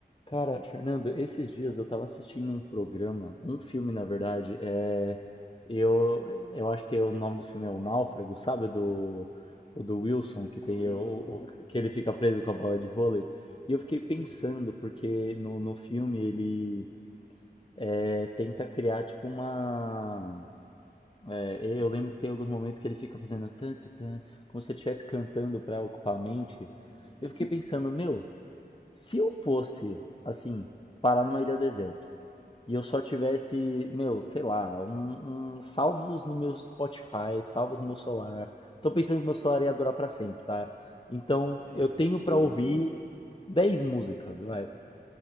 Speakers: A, on the left (about 30°); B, in the centre.
A: Cara, Fernando, esses dias eu tava assistindo um programa, um filme na verdade, é, eu, eu acho que é o nome do filme é O Náufrago, sabe? O Do, o do Wilson, que
B: Do
A: tem
B: Wilson?
A: o, o- que ele fica preso com a bola de vôlei.
B: <laughs>
A: E eu fiquei pensando, porque no, no filme ele é, tenta criar tipo uma. é, eu lembro que tem alguns momentos que ele fica fazendo tan, tan, tan, como se ele estivesse cantando pra ocupar a mente.
B: Uhum.
A: Eu fiquei pensando, meu. Se eu fosse, assim, parar numa ilha deserta e eu só tivesse, meu, sei lá, um, um- salvos no meu Spotify, salvos no meu celular. Tô pensando que meu celular ia durar pra sempre, tá? Então,
B: Ok,
A: eu tenho
B: ok.
A: pra ouvir 10 músicas, vai.